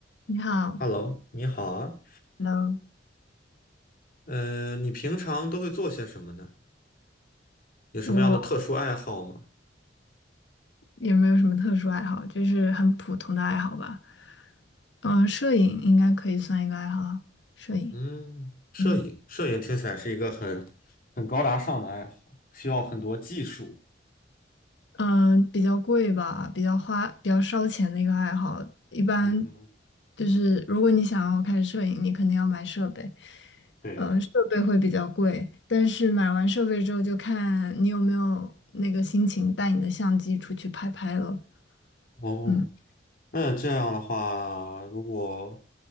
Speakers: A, on the left; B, on the left.
A: 你好，
B: Hello，你好啊，
A: Hello，
B: 呃，你平常都会做些什么呢？有什么样的特殊爱好吗？
A: 我也没有什么特殊爱好，就是很普通的爱好吧。嗯，摄影应该可以算一个爱好啊摄影。
B: 嗯，摄影，
A: 嗯，
B: 摄影听起来是一个很很高大上的爱好，需要很多技术。
A: 嗯，比较贵吧，比较花，比较烧钱的一个爱好。一般
B: 嗯哼，
A: 就是如果你想要开始摄影，你肯定要买设备，
B: 对呀。
A: 呃，设备会比较贵。但是买完设备之后，就看你有没有那个心情带你的相机出去拍拍了。
B: 哦，
A: 嗯。
B: 那这样的话，如果